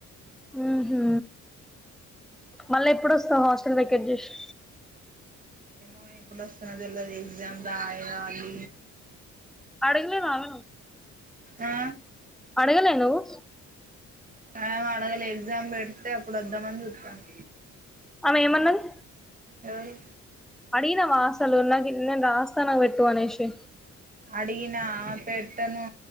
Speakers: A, in the centre; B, on the right.
A: ఊహూ మళ్ళా ఎప్పుడొస్తావు హాస్టల్ వెకేట్ చేసి
B: ఆ ఎప్పుడొస్తున్నావ్ తెల్వది ఎగ్జామ్ దాయాలి
A: అడగినాను
B: ఆ
A: అడగలే నువ్వు
B: ఆమడగలే ఎగ్జామ్ పెడితే అప్పుడు వద్దామని జూత్తాను
A: ఆమె ఏమన్నది
B: ఎవరి
A: అడిగినవా అసలు నాకీ నేను రాస్తా నాకు వెటు అనేేషి
B: అడిగినా పెట్టను